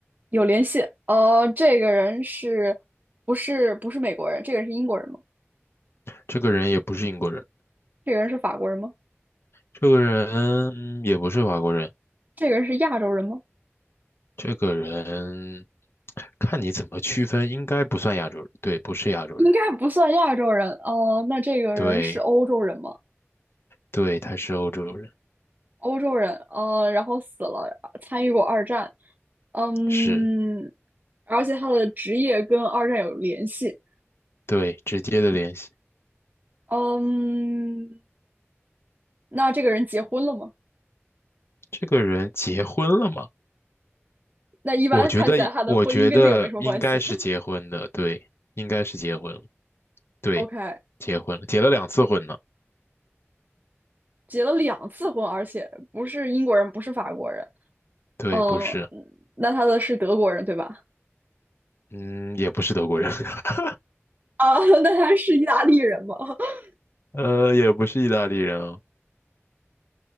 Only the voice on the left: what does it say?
这个人也不是英国人，
这个人也不是法国人，
这个人看你怎么区分，应该不算亚洲人。对，不是亚洲人。
对，对，他是欧洲人。
是，
对，直接的联系。
这个人结婚了吗？
我觉得，我觉得应该是结婚的，对，应该是结婚了，对，
结婚了，结了两次婚呢，
对，
不是，
嗯，也不是德国人，<laughs>
呃，也不是意大利人啊